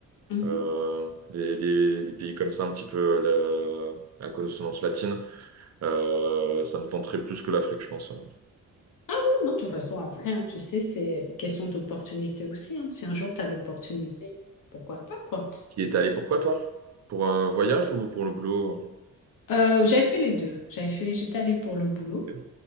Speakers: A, on the left; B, on the right.
A: Mhm.
B: euh, des, des- des pays comme ça un petit peu à la à consonance latine. Euh, ça me tenterait plus que l'Afrique, je pense. hein.
A: Ah oui, non, de toute façon, après, hein, tu sais, c'est question d'opportunité aussi. hein. Si un jour tu as l'opportunité, pourquoi pas, quoi.
B: Tu y étais allé pourquoi, toi? Pour un voyage ou pour le boulot?
A: Euh, j'avais fait les deux. J'avais fait, j'étais allée pour le boulot.
B: Ok,